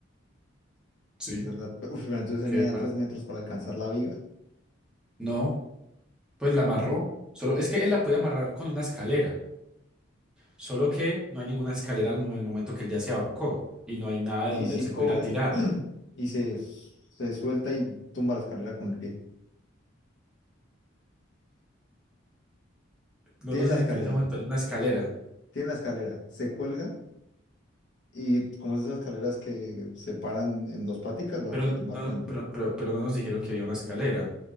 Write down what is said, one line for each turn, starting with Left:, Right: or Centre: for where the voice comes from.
Centre: Sí,
Left: Es verdad. pe- Uf, pero entonces él
Centre: qué
Left: media
Centre: para.
Left: 3 metros para alcanzar la viga.
Centre: No, pues la amarró. Solo, es que él la puede amarrar con una escalera. Solo que no hay ninguna escalera al mom- el momento que él ya se ahorcó. Y no hay nada
Left: Y
Centre: de donde
Left: si
Centre: él se
Left: coge
Centre: pudiera tirar.
Left: <clears throat> y se, se suelta y tumba la escalera con el pie.
Centre: No
Left: Tiene
Centre: nos
Left: la
Centre: dicen
Left: escalera,
Centre: que en ese momento hay una escalera.
Left: tiene la escalera. Se cuelga y como es esas escaleras que se paran en dos paticas, la
Centre: Pero
Left: puede tumbar
Centre: no,
Left: con el pie.
Centre: pero, pero pero no nos dijeron que había una escalera.